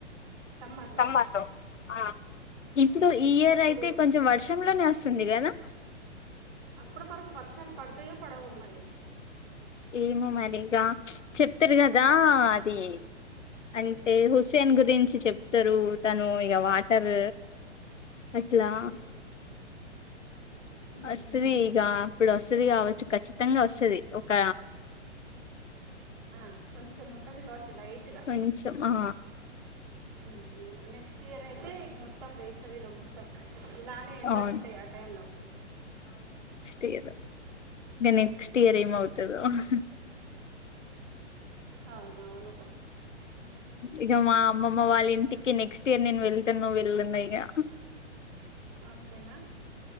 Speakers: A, on the right (about 45°); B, on the left (about 85°).
A: సమ్మర్లో
B: మాతో ఆ ఇప్ ప్పుడు ఈ ఇయర్
A: ఇప్పుడు
B: అయితే కొంచెం వర్షంలోనే వస్తుందిగ న
A: అప్పటి వరకు వర్షాలు పడతాయో పడవో మరి.
B: ఏమో మరి ఇంగా చెప్తరు గదా అది అంటే హుస్సేన్ గురించి చెప్ తరూ తను ఇక వాటర్ అట్లా
A: ఉమ్, ఉమ్,
B: వస్తది
A: ఉమ్.
B: ఇగ అప్పుడు వస్తది కావచ్చు ఖచ్చితంగా వస్తది ఒక
A: ఆ కొంచెం ఉంటది కావచ్చు లైట్గా
B: కొంచెం ఆ
A: ఊ నెక్స్ట్ ఇయర్ అయితే ఇక మొత్తం వేసవిలో మొత్తం ఇలానే ఎండలుంటాయి
B: అవును
A: ఆ టైంలో
B: తెయద నె నెక్స్ట్
A: ఉమ్.
B: ఇయర్ ఏం అవుతదో తు
A: అవునవును
B: ఇక మా అమ్మమ్మ వాళ్ళ ఇంటికి నెక్స్ట్ ఇయర్ నేను వెళ్తనో వెళ్ళనో ఇగా
A: అంతేనా